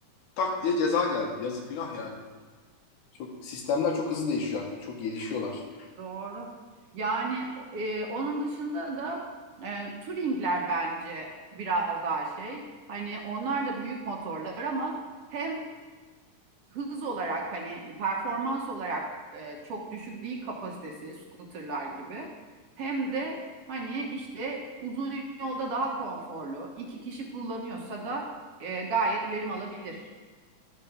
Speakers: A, on the left (about 75°); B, on the right (about 60°).
A: tak diye ceza geldi. Yazık günah yani. Çok sistemler çok hızlı değişiyor artık. Çok gelişiyorlar.
B: doğru yani e, onun dışında da e, Touring'ler bence biraz daha şey hani onlar da büyük motorlar ama hem hız olarak hani performans olarak e, çok düşük değil kapasitesi scooterlar gibi. Hem de hani işte uzun yolda daha konforlu. İki kişi kullanıyorsa da e, gayet verim alabilir.